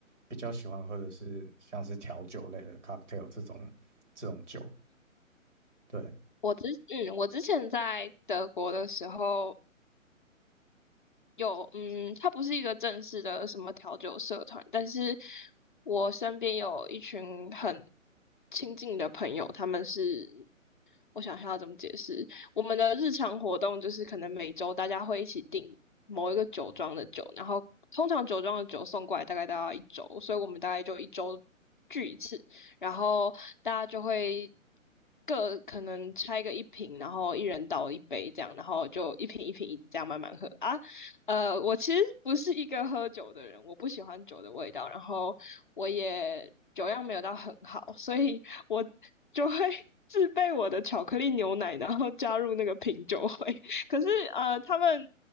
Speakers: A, on the right; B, on the left.
A: 比较喜欢喝的是像是调酒类的 cocktail 这种这种酒，对。
B: 我之嗯，我之前在德国的时候有，嗯，它不是一个正式的什么调酒社团，但是我身边有一群很亲近的朋友，他们是我想一下要怎么解释。我们的日常活动就是可能每周大家会一起订某一个酒庄的酒，然后通常酒庄的酒送过来大概都要一周，所以我们大概就一周聚一次，然后大家就会各可能拆个一瓶，然后一人倒一杯这样，然后就一瓶一瓶一直这样慢慢喝啊。呃，我其实不是一个喝酒的人，我不喜欢酒的味道，然后我也酒量没有到很好，所以我就会自备我的巧克力牛奶，然后加入那个品酒会。<laughs> 可是呃，他们